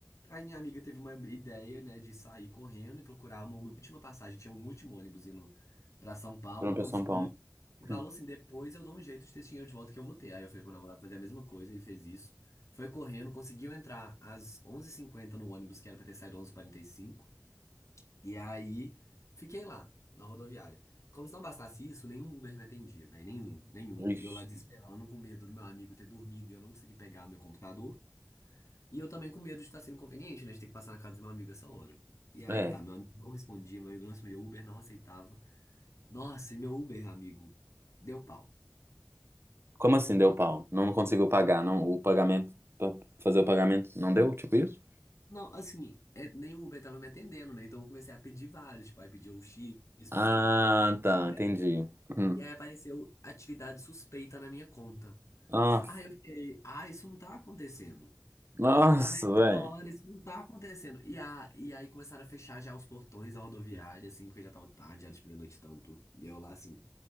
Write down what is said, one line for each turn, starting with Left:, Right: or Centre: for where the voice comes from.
Left: Aí minha amiga teve uma ideia, né, de sair correndo e procurar uma última passagem, tinha um último ônibus indo pra São Paulo,
Right: Pronto,
Left: conseguiu.
Right: eu São Paulo.
Left: E falou
Right: Hum.
Left: assim: depois eu dou um jeito de ter esse dinheiro de volta que eu vou ter. Aí eu falei pro meu namorado fazer a mesma coisa, ele fez isso. Foi correndo, conseguiu entrar às onze h 50 no ônibus, que era pra ter saído onze e quarenta e cinco e aí, fiquei lá, na rodoviária. Como se não bastasse isso, nenhum Uber me atendia, velho. Nenhum, nenhum.
Right: Ixi.
Left: E eu lá desesperando, com medo do meu amigo ter dormido e eu não conseguir pegar meu computador. E eu também com medo de estar sendo inconveniente, né? De ter que passar na casa do meu amigo essa hora. E aí
Right: É.
Left: tá, meu amigo não respondia, meu amigo não respondia, o Uber não aceitava. Nossa, e meu Uber, amigo, deu pau.
Right: Como assim deu pau? Não conseguiu pagar, não? O pagamento, pra fazer o pagamento não deu? Tipo isso?
Left: Não, assim, é, nem o Uber tava me atendendo, né? Então eu comecei a pedir vários. Tipo, aí pedia o X,
Right: Ah,
Left: pedia.
Right: tá,
Left: É.
Right: entendi. Hum.
Left: E aí apareceu atividade suspeita na minha conta.
Right: Ah,
Left: Aí eu fiquei, ah, isso não tá acontecendo.
Right: nossa,
Left: Aí eu falei,
Right: velho.
Left: hora, isso não tá acontecendo. E, a, e aí começaram a fechar já os portões da rodoviária, assim, porque já tava tarde, era tipo meia-noite e tanto. E eu lá, assim,